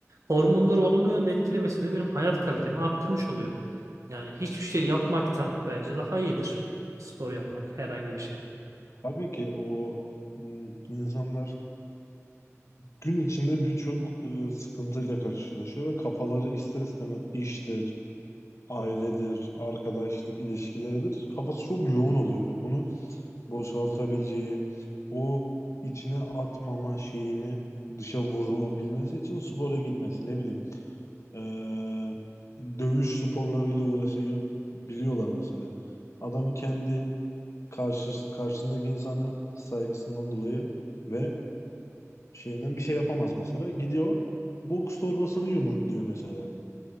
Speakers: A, on the right (about 80°); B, on the left (about 65°).
A: Hormonları olumlu yönde etkilemesi de benim hayat kalitemi arttırmış oluyor. Yani hiçbir şey yapmaktan bence daha iyidir. Spor yapmak herhangi bir şey.
B: Tabii ki o m, insanlar gün içinde birçok e, sıkıntıyla karşılaşıyor ve kafaları ister istemez iştir, ailedir, arkadaşlık ilişkileridir. Kafası çok yoğun oluyor ve bunu boşaltabileceği, o içine atmama şeyini dışa vurabilmesi için spora gitmesi, ne bileyim, e, dövüş sporlarıyla uğraşabiliyorlar mesela. Adam kendi karşı, karşısındaki insana saygısından dolayı ve şeyinden bir şey yapamaz mesela. Gidiyor boks torbasını yumrukluyor mesela.